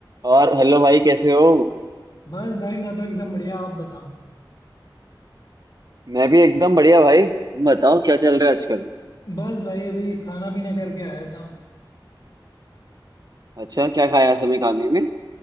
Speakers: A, on the right; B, on the left.
A: और हेलो भाई कैसे हो
B: बस भाई मैं तो एकदम बढ़िया आप बताओ
A: मैं भी एकदम बढ़िया भाई तुम बताओ क्या चल रहा है आजकल
B: बस भाई अभी खाना पीना करके आया था
A: अच्छा क्या खाया आज हमें खाने में